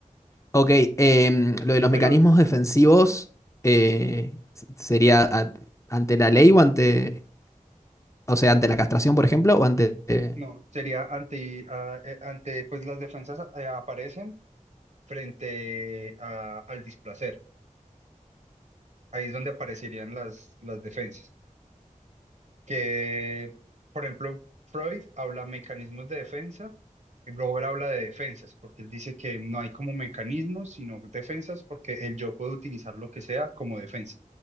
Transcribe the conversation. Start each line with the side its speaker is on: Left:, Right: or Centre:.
Left: Ok, em, lo de los
Right: Pero
Left: mecanismos defensivos eh, s- sería a- ante la ley o ante, o sea, ante la castración, por ejemplo, o ante... eh,
Right: no, sería ante, ah, eh, ante pues las defensas eh, aparecen frente a- al displacer. Ahí es donde aparecerían las, las defensas. que, por ejemplo, Freud habla mecanismos de defensa y Brower habla de defensas, porque él dice que no hay como mecanismos, sino defensas, porque el yo puede utilizar lo que sea como defensa